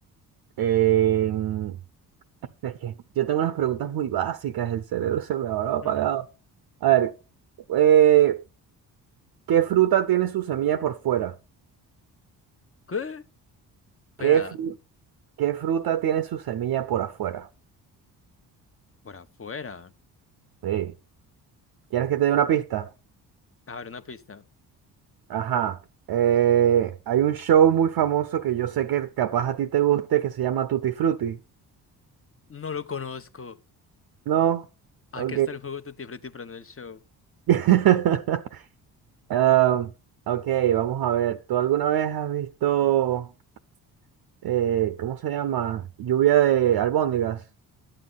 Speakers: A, on the right; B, on the left.
A: em, Es que yo tengo unas preguntas muy básicas, el cerebro se me habrá
B: <laughs>
A: apagado. A ver, eh, ¿qué fruta tiene su semilla por fuera?
B: ¿Qué? Espera,
A: ¿Qué, fru- qué fruta tiene su semilla por afuera?
B: por afuera.
A: Sí. ¿Quieres que te dé una pista?
B: A ver, una pista.
A: Ajá. Eh, hay un show muy famoso que yo sé que capaz a ti te guste que se llama Tutti Frutti.
B: No lo conozco.
A: ¿No?
B: Aquí
A: Ok.
B: está el juego Tutti Frutti, pero no el show.
A: <laughs> Ah, ok, vamos a ver. ¿Tú alguna vez has visto... eh, ¿cómo se llama? Lluvia de albóndigas.